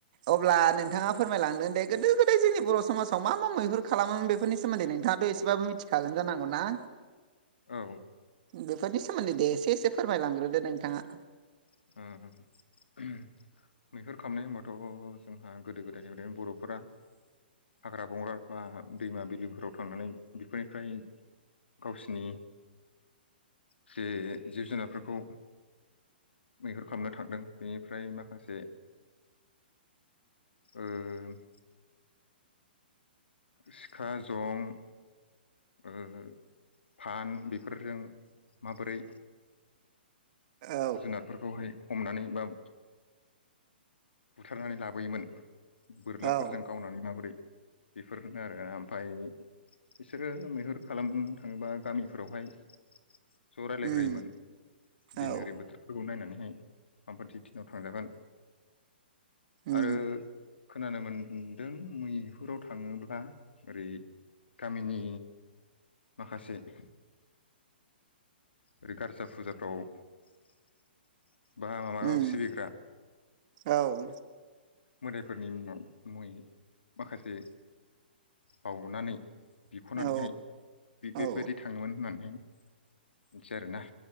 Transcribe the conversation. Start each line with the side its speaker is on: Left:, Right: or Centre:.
Right: अब्ला नोंथाङा फोरमायलांदों दे गोदो गोदाय जोंनि बर' समाजाव मा मा मैहुर खालामोमोन बेफोरनि सोमोन्दै नोंथां नोंथांआथ' इसेबाबो मिथिखागोन जानांगौना?
Left: औ
Right: बेफोरनि सोमोन्दै दे एसे एसे फोरमायलांग्रोदो नोंथाङा।
Left: <unintelligible> मैहुर खालामनाय होनबाथ' जोंहा गोदो गोदायनिफ्राय बर'फोरा हाग्रा बंग्रा बा दैमा बिलोफोराव थांनानै बेफोरनिफ्राय गावसिनि बजे जिब जुनारफोरखौ मैहुर खालामनो थांदों बेनिफ्राय माखासे ओं। सिखा, जं। ओ फान बेफोरजों माबोरै
Right: औ
Left: जुनारफोरखौहाय हमनानै बा बुथारनानै लाबोयोमोन बोरलाफोरजों
Right: औ
Left: गावनानै माबोरै बेफोरनो आरो ओमफाय बिसोरो मैहुर खालामनो थाङोबा गामिफोरावहाय ज' रायलायग्रोयोमोन
Right: उम
Left: दिन
Right: औ
Left: आरि बोथोरफोरखौ नायनानै माबायदि दिनाव थांजागोन
Right: उम
Left: आरो खोनानो मोनदों मैहुराव थाङोब्ला ओरै गामिनि माखासे <inaudible> ओरै गारजा फुजाफ्राव <inaudible> बा माबायाव
Right: उम
Left: सिबिग्रा।
Right: औ।
Left: मोदायफोरनि मुङाव मुङै माखासे बावनानै बिखनानैहाय
Right: औ
Left: बे बेबायदि
Right: औ
Left: थाङोमोन होननानैहाय मिथि आरोना।